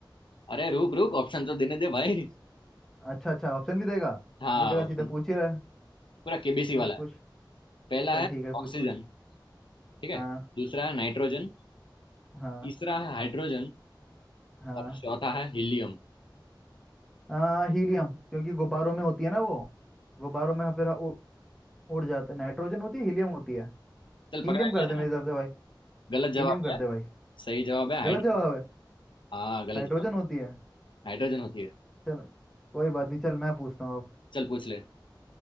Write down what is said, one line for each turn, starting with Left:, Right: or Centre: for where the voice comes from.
Left: अरे रुक रुक ऑप्शन तो देने दे भाई
Centre: अच्छा अच्छा ऑप्शन भी देगा
Left: हाँ
Centre: मुझे लगा
Left: ऑप्शन
Centre: सीधा पूछ ही रहा है
Left: पूरा केबीसी
Centre: पूछ
Left: वाला है
Centre: पूछ
Left: पहला
Centre: चल
Left: है
Centre: ठीक है पूछ
Left: ऑक्सीजन
Centre: पूछ
Left: ठीक है
Centre: हाँ
Left: दूसरा है नाइट्रोजन
Centre: हाँ
Left: तीसरा है हाइड्रोजन
Centre: हाँ
Left: और चौथा है हीलियम
Centre: हाँ हीलियम क्योंकि गुब्बारों में होती है ना वो गुब्बारों में फिर उ- उड़ जाता है नाइट्रोजन होती है हीलियम होती है
Left: चल
Centre: हीलियम
Left: पकड़ा गया
Centre: कर दे
Left: ना
Centre: मेरी तरफ से भाई
Left: गलत जवाब
Centre: हीलियम कर
Left: है
Centre: दे भाई
Left: सही जवाब है हाइड्रोजन
Centre: गलत जवाब है
Left: हाँ गलत
Centre: हाइड्रोजन
Left: जवाब।
Centre: होती है
Left: हाइड्रोजन होती है
Centre: चल कोई बात नहीं चल मैं पूछता हूँ अब
Left: चल पूछ ले